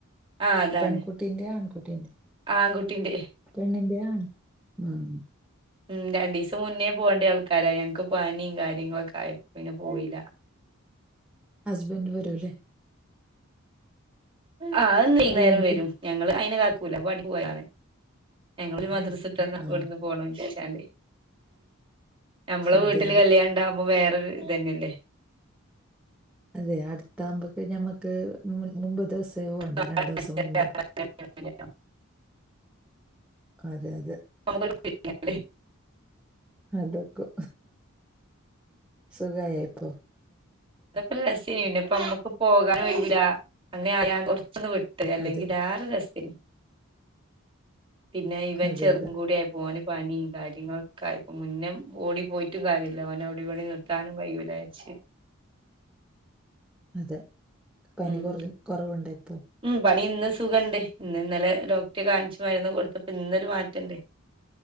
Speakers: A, on the right; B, in the centre.
A: ആ അതാണ്
B: പെൺകുട്ടിന്റം ആൺകുട്ടീന്റെം
A: ആൺകുട്ടിന്റെ
B: പെണ്ണിന്റെയാ ആണി ആഹ്
A: മ് രണ്ടീസം മുന്നേ പോവണ്ട്യാൾക്കാരാ ഞങ്ങക്ക് പനിയും കാര്യങ്ങളൊക്കെ ആയി പിന്നെ പോയില്ല
B: ഹസ്ബൻഡ് വരൂല്ലേ
A: ആഹ് വൈന്നേരം
B: കല്യാണത്തിന്
A: വരും ഞങ്ങള് അയിന് കാക്കൂല പണിക് പോയാണ് ഞങ്ങളൊരു മദ്രസ തന്നെ
B: ആ
A: ഇവിടുന്ന് പോണം വെച്ചാട് നമ്മളെ
B: അതെ
A: വീട്ടില്
B: അതെ
A: കല്യാണ ഇണ്ടാകുമ്പോ വേറൊരു ഇത് തന്നെയല്ലേ
B: അതെ അടുത്താകുമ്പക്ക് ഞമ്മക്ക് മുമ്പ് മുമ്പ് ദിവസേ പോകണ്ടേ
A: ഇതന്നെയല്ലേ
B: രണ്ടു ദിവസം മുമ്പ് അതെ അതെ
A: <inaudible>
B: അതൊക്കു സുഖായൊപ്പോ
A: അതൊക്കെ രസിനുണ്ട് ഇപ്പൊ നമ്മുക്ക് പോകാൻ കഴിയൂല്ല അങ്ങനെ ഞാൻ കുറച്ചൊന്ന് വിട്ട് അല്ലെങ്കിൽ
B: അതെ
A: <unintelligible> പിന്നെ ഇവൻ
B: അതെ
A: ചെറുതും
B: അതെ
A: കൂടായപ്പൊ ഓന് പനിയും കാര്യങ്ങളൊക്കെ ആയിപ്പോ മുന്നേ ഓടി പോയി ട്ട് കാര്യില്ല ഓനോഅവിടിം ഇവിടിം നിർത്താനും കഴിയൂല വെച്ച്
B: അതെ പനി
A: ഉം
B: കൊറലും കൊറവ്ണ്ടോപ്പോ?
A: ഉം പനി ഇന്ന് സുഖണ്ട് ഇന്ന് ഇന്നലെ ഡോക്ടെ കാൺച്ച് മര്ന്ന് കൊട്ത്തപ്പം ഇന്നൊരു മാറ്റണ്ട്.